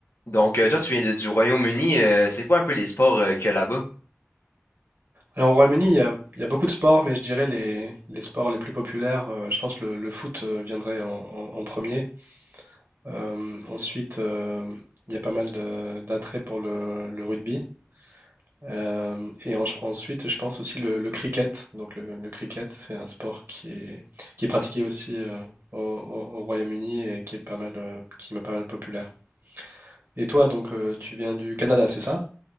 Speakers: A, on the left; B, on the right.
A: Donc, euh, toi, tu viens de- du Royaume-Uni. euh, c'est quoi un peu les sports euh, qu'il y a là-bas?
B: Alors au Royaume-Uni, il y a, il y a beaucoup de sports, mais je dirais les, les sports les plus populaires, euh, je pense que le, le foot euh, viendrait en, en- en premier. Euh, ensuite, euh, il y a pas mal de- d'attrait pour le, le rugby. Euh, et en- ensuite, je pense aussi le, le cricket. Donc le, le cricket, c'est un sport qui est, qui est pratiqué aussi euh, au, au- au Royaume-Uni et qui est pas mal, euh, qui est pas mal populaire. Et toi, donc, euh, tu viens du Canada, c'est ça?